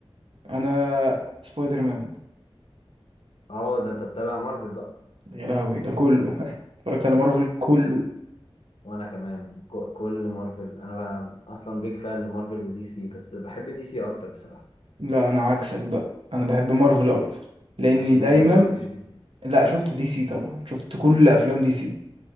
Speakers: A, on the right; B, on the left.
A: انا سبايدر مان
B: اه ده انت بتابع مارفل بقى
A: يا لهوي ده كله <laughs> اتفرجت على مارفل كله
B: وانا كمان ك- كل مارفل انا ب- اصلا بيج فان لمارفل ودي سي بس بحب دي سي اكتر بصراحة
A: لا انا عكسك بقى انا بحب مارفل اكتر لاني
B: عشان
A: دايما
B: انت ما شفتش دي سي
A: لا شفت دي سي طبعا شفت كل افلام دي سي